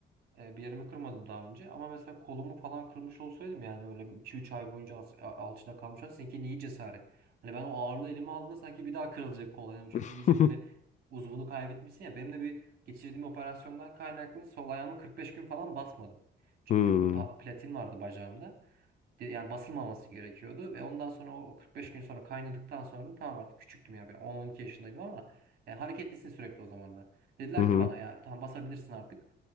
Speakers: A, on the right; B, on the left.
A: E, bir yerimi kırmadım daha önce ama mesela kolumu falan kırmış olsaydım yani öyle iki üç ay boyunca as- a- alçıda kalmış olsaydım seninki iyi cesaret. Hani ben o ağırlığı elime aldığımda sanki bir daha kırılacak kol. Yani çünkü
B: <laughs>
A: iyice böyle uzvunu kaybetmişsin ya. Benim de bir geçirdiğim operasyondan kaynaklı sol ayağımı 45 gün falan basmadım. Çünkü
B: Hmm.
A: bir pa- platin vardı bacağımda. Yani basılmaması gerekiyordu ve ondan sonra o 45 gün sonra kaynadıktan sonra tamam artık küçüktüm ya ben 10-12 yaşındaydım ama yani hareketlisin sürekli o zaman da. Dediler
B: Hı hı.
A: ki bana ya tamam basabilirsin artık.